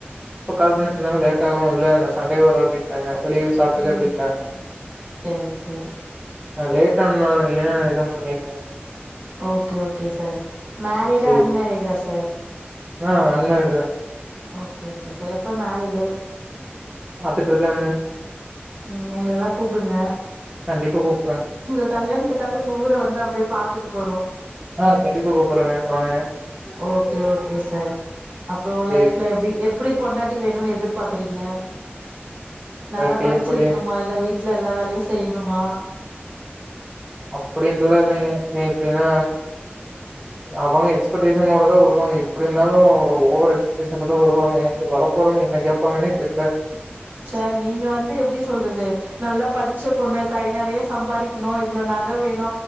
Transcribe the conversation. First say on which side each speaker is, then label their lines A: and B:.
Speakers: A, on the right; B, on the right.
A: இப்ப கால் பண்ணி சொன்னாங்க லேட்டாகு இல்ல நா சண்டேவே வரே அப்டிண்ட்டாங்க வெளியவே சாப்ட்டுக்க
B: ம்
A: அப்டிண்ட்டாங்க
B: சேரி சேரி
A: ந லேட்டானாலதாங்க இலன இதா பண்ணிருப்பாங்
B: ஓக்கே ஓக்கே சார் மேரிடா
A: சேரி
B: அன்மேரிடா சார்
A: ஆ அன்மேரிடு தாங்க
B: ஒக்கே ஓக்கே சார் எப்போ மேரிடு
A: பாத்துட்ருக்காங்க
B: உ எங்கலல்லா கூப்டுங்க
A: கண்டிப்பா கூப்
B: உங்க கல்யாண்த்துக்காக உங்க ஊர வந்து அப்டியே பாத்துட்டுப்போறோ
A: ஆ கண்டிப்பா கூப்புட்றாங்க வாங்க
B: ஒக்கே ஒக்கே சார் அப்றோ
A: சேரி
B: லைஃப்லெஎஃப்டி எபிடி பொண்டாட்டி வேணுனெதிர்பாக்றீங்க
A: இல்லாட்டி
B: நல்லா படிச்சிருக்ணுமா
A: எப்டி
B: இல்ல வீட்ல எல்லா வேலையு செய்யணுமா
A: அப்டின்டுலாயில்லைங்க ஏ ஏன்னா அவங்க எக்ஸ்பெக்டேஷனோடதா வருவாங்க எப்டி இருந்தாலு ஒரு ஓவர் எக்ஸ்பெக்டேஷன்ல தா வருவாங்க இநீ வரப்போறவங்க என்ன கேப்பாங்கன்னே தெரில
B: சார் நீங்க வந்து எப்டி சொல்றது நல்லா படிச்ச பொண்ணு கை நெறைய சம்பாறிக்கணு இவ்ளோ நக வேணு